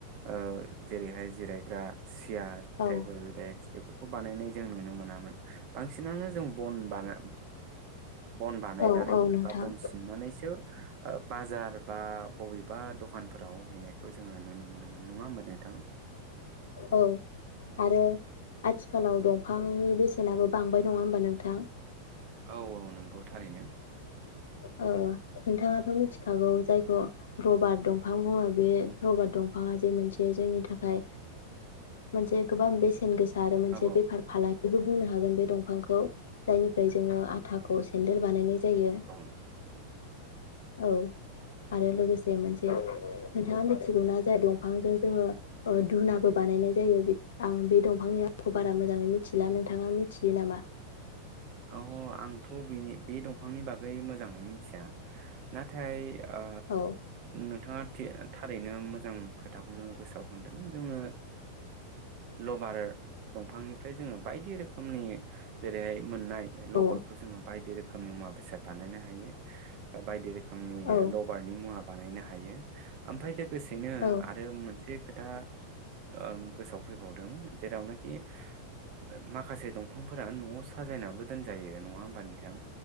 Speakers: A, on the right; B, on the left.
A: ओ जेरैहाय जिरायग्रा। सियार
B: औ
A: टेबोल देक्क बेफोरखौ। बानायनाय जों नुनो मोनामोन बांसिनानो जों। बन बाना। बन बानायनानै
B: औ औ नोंथां
A: बा बन सिनानै। बाजार बा बबेबा द'खानफोराव हैनायखौ जोङो नुनो मोनोमोन नङा होनोमा नोंथां।
B: औ आरो। आथिखालाव दंफां। बेसेनाबो बांबाय नङा होनोमबा नोंथां।
A: औ औ नंगौ थारैनो।
B: औ नोंथाङाथ मिथिखागौ जायखौ रबारट दंफां बुङो बे रबारट दंफाङा जे मोनसे जोंनि थाखाय। मोनसे गोबां बेसेन गोसा। आरो मोनसे
A: औ
B: बेफार फालांगिबो। बुंनो हागोन बे दंफांखौ जायनिफाय जोंङो आथाखौ सेन्देल बानायनाय। जायो।
A: औ
B: औ आरो लोगोसे मोनसे नोंथाङा। थिगौ जाया दंफांजों जोङो। धुुनाबो बानायनाय जायो आं बे दंफांनि आखौ बारा मोजाङै मिथिला नोंथाङा मिथियो नामा।
A: औ आंथ बेनि बे दंफांनि बागै मोजाङै मिथिया नाथाय। ओ
B: औ
A: नोंथाङा थि थारैनो। नो मोजां खोथाखौनो गोसोआव खदों जोङो लबार दंफांनिफ्राय जोङो बायदि रोखोमनि जेरैहाय। मोननाय लबारखौ
B: औ
A: जोङो बायदि रोखोम। खोमनि मुवा बेसाद बानायनो हायो। बायदि रोखोमनि
B: औ
A: लबारनि मुवा बानायनो हा। हायो ओमफ्राय लो। गोसेनो
B: औ
A: आरो मोनसे खोथा। ओम गोसोआव फैबावदों जेरावनोखि <unintelligible> माखासे दंफांफोरा न'आव स साजायनाबो दोनजायो नङा होमबा नोंथां।